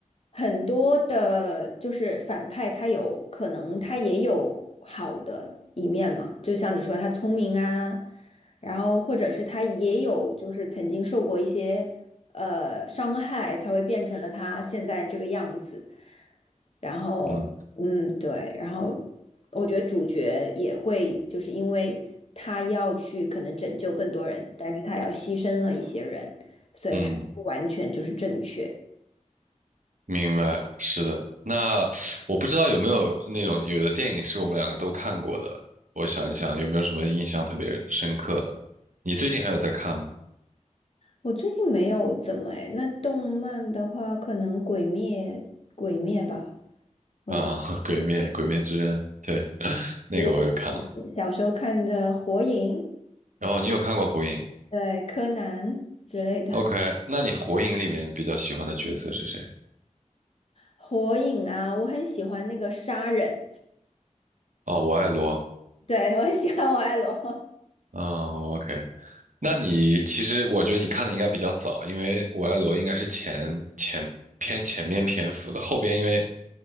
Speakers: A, on the left (about 50°); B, on the right (about 75°).
A: 很多的，就是反派，他有可能他也有好的一面嘛，就像你说他聪明啊，然后或者是他也有就是曾经受过一些呃伤害，才会变成了他现在这个样子。然后，
B: 嗯
A: 嗯，对，然后我觉得主角也会就是因为他要去可能拯救更多人，但是他要牺牲了一些人，所以他不完全就是正确。
B: 嗯，明白，是的。那我不知道有没有那种有的电影是我们两个都看过的，我想一想有没有什么印象特别深刻的。你最近还有在看吗？
A: 我最近没有怎么诶，那动漫的话，可能《鬼灭》《鬼灭》吧，我有
B: 啊，<laughs>《鬼灭》《鬼灭之刃》，对，那个我也看了。
A: 嗯小时候看的《火影》、
B: 然后你有看过《火影》
A: 对《柯南 <laughs>》之类的
B: ？OK，那你《火影》里面比较喜欢的角色是谁？
A: 《火影》啊，我很喜欢那个杀人，
B: 哦，我爱罗。
A: 对我很喜欢我爱罗。
B: 哦，OK，那你其实我觉得你看的应该比较早，因为我爱罗应该是前前偏前面篇幅的，后边因为